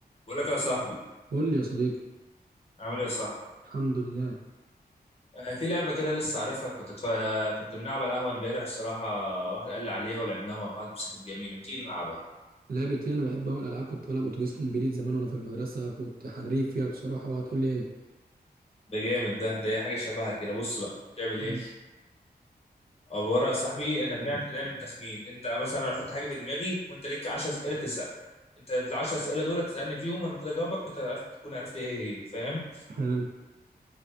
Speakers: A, on the left (about 35°); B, on the right (about 60°).
A: بقول لك يا صاحبي
B: قول لي يا صديقي
A: عامل ايه يا صاحبي
B: الحمد لله
A: آه، في لعبه كده لسه عارفها كنت تفا... كنت بنلعب على القهوه امبارح الصراحه واحد قال لي عليها ولعبناها مع بعض بس كانت جميله ما تيجي نلعبها
B: لعبت ايه انا بحب اول العاب كنت بلعب اتوبيس كومبليت زمان وانا في المدرسه كنت حريف فيها بصراحه وهتقول لي ايه
A: ده جامد ده ده اي حاجه شبهها كده بص بقى بتعمل
B: مم.
A: ايه عباره يا صاحبي احنا بنعمل بنعمل تخمين انت مثلا انا احط حاجه في دماغي وانت ليك 10 اسئله تسال انت في ال 10 اسئله دول تسالني فيهم انا المفروض اجاوبك فانت عرفت تكون عرفت ايه هي فاهم
B: حلو